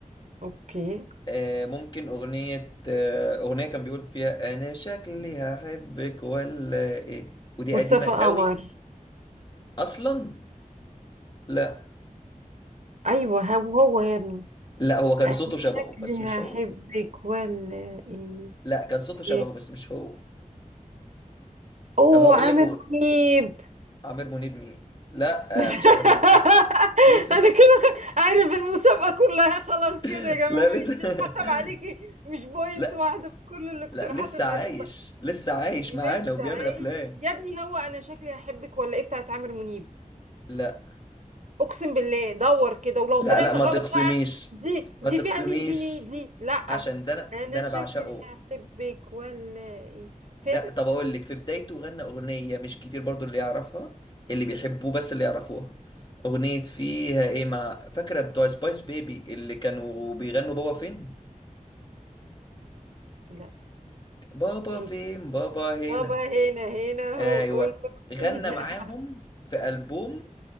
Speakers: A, on the right; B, on the left.
A: أوكي
B: آه ممكن اغنيه آه اغنيه كان بيقول فيها انا شكلي هحبك ولا ايه ودي
A: مصطفى
B: قديمه قوي
A: قمر
B: اصلا لا
A: أيوه هو هو يا ابني
B: لا هو كان
A: أنا
B: صوته شبهه
A: شكلي
B: بس مش
A: هحبك
B: هو
A: ولا إيه
B: لا كان صوته شبهه
A: إيه.
B: بس مش هو
A: أوه
B: طب هقول
A: عامر
B: لك أغ...
A: منيب
B: عامر منيب مين لا
A: بس
B: آه مش عامر منيب
A: <laughs>
B: لسه
A: أنا كده عارف المسابقة كلها خلاص كده
B: <laughs>
A: يا جماعة
B: لا لسه
A: أنت اتحسب عليكي
B: <laughs>
A: مش بوينت
B: لا
A: واحدة في كل الاقتراحات
B: لا لسه
A: الغريبة
B: عايش لسه عايش
A: لسه
B: معانا وبيعمل
A: عايش
B: افلام
A: يا ابني هو انا شكلي هحبك ولا ايه بتاعت عامر منيب
B: لا
A: اقسم بالله دور كده ولو
B: لا
A: طلعت
B: لا ما
A: غلط
B: تقسميش
A: بقى دي
B: ما
A: دي
B: تقسميش
A: فيها 100 جنيه دي لا
B: عشان ده انا
A: انا
B: ده انا
A: شكلي
B: بعشقه
A: هحبك ولا ايه
B: ده
A: فارس
B: طب اقول لك في بدايته غنى اغنيه مش كتير برضو اللي يعرفها اللي بيحبوه بس اللي يعرفوها اغنيه فيها ايه مع فاكره بتوع سبايس بيبي اللي كانوا بيغنوا بابا فين
A: لا
B: بابا
A: ايه
B: فين
A: ده
B: بابا
A: بابا
B: هنا
A: هنا هنا
B: ايوه
A: هو قول
B: غنى
A: هنا
B: معاهم
A: <laughs>
B: في البوم